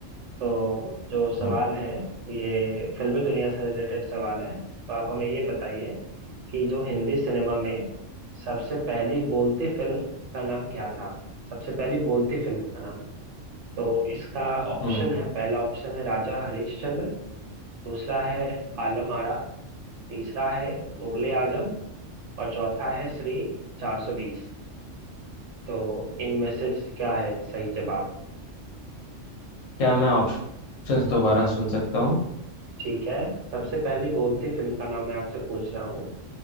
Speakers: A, on the right; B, on the left.
A: तो जो सवाल
B: हम्म
A: है ये फिल्मी दुनिया से रिलेटेड सवाल है तो आप हमें ये बताइए कि जो हिंदी सिनेमा में सबसे पहली बोलती फिल्म का नाम क्या था सबसे पहली बोलती फिल्म का नाम तो इसका ऑप्शन
B: हम्म
A: है पहला ऑप्शन है राजा हरिश्चंद्र दूसरा है आलम आरा तीसरा है मुगले आजम और चौथा है श्री 420 तो इनमें से क्या है सही जवाब
B: क्या मैं ऑप्शंस दोबारा सुन सकता हूँ
A: ठीक है सबसे पहली बोलती फिल्म का नाम मैं आपसे पूछ रहा हूँ